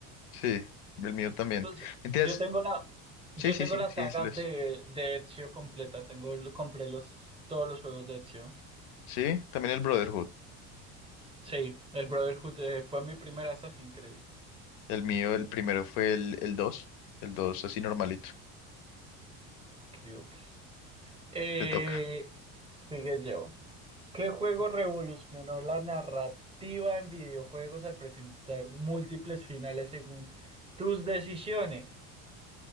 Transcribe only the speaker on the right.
Entonces,
yo tengo la, yo
tengo
la saga
de,
de Ezio completa. Tengo, compré los, todos los juegos de Ezio.
Sí, el Brotherhood eh, fue mi primera Assassin's Creed.
Ok, ok. Eh,
sigue yo. ¿Qué juego revolucionó la narrativa en videojuegos al presentar múltiples finales según tus decisiones?